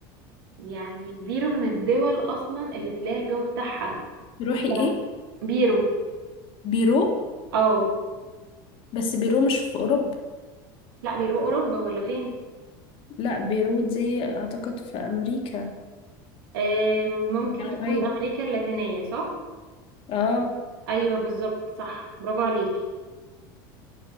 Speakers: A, on the right; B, on the left.
A: يعني بيرو من الدول اصلا اللي تلاقي الجو بتاعها
B: تروحي
A: مثلا
B: ايه
A: بيرو
B: بيرو
A: اه
B: بس بيرو مش في اوروبا
A: لا بيرو اوروبا ولا فين
B: لا بيرو دي اعتقد في امريكا
A: آم، ممكن
B: جنوبية
A: تكون أمريكا اللاتينية صح؟
B: اه
A: أيوة بالظبط صح برافو عليكي